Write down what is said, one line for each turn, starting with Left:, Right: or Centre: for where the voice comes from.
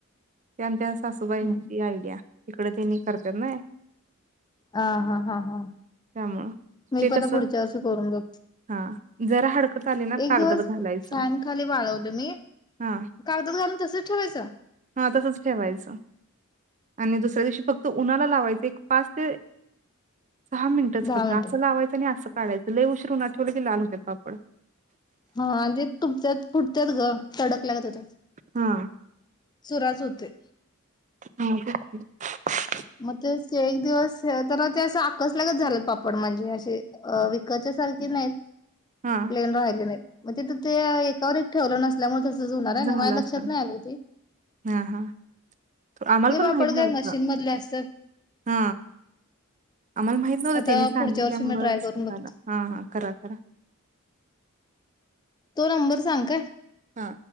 Right: त्यांच्या. सासूबाईंची
Left: हा
Right: आयडिया. इकड तिनी करत्यात ना.
Left: ह हा हा हा
Right: त्यामुळं
Left: मी
Right: ते
Left: पन
Right: कसं
Left: आता पुढच्या वर्षी करून बघते.
Right: हा जरा हडकत आली ना
Left: एक
Right: कागदात
Left: दिवस
Right: घालायचं
Left: फॅन खाली वाळवलं मी
Right: हा
Left: कागदत घालून तसच ठेवायचं.
Right: हा तसच ठेवायचं आणि दुसऱ्या दिवशी फक्त उन्हाला लावायचं एक पाच ते सहा मिनिटच
Left: दहा
Right: फक्त
Left: मिनिटं
Right: असं लावायचं आणि असं काढायचं लय उशीर उन्हात ठेवलं की लाल होतपड
Left: हा आणि ते तुटतत फुटतत ग तडक लागत होता
Right: हा
Left: चुराच होतय
Right: हम् ब
Left: मग ते एक दिवस तर ते असं आकसल्यागच झालं पापड म्हणजे असे विकत च्या सारखे नाहीत
Right: हा,
Left: प्लेन रा राहिले नाही मग तिथ ते एकावर एक ठेवलं नसत. त्यामुळे तसच होणार
Right: झालं
Left: आहे माझ्या
Right: असं
Left: लक्षात नाही आले होते
Right: हा हा तो- आम्हाला
Left: ते
Right: पण
Left: पापड
Right: माहित
Left: काय
Right: नव्हतं
Left: मशीन मधले अस
Right: हा आम्हाला माहित नव्हत
Left: आता
Right: त्यांनी सांगितल्यामुळंच
Left: पुढच्या वर्षी मी ट्राय करून बघते
Right: हा हा करा करा.
Left: तो नंबर सांग काय
Right: हा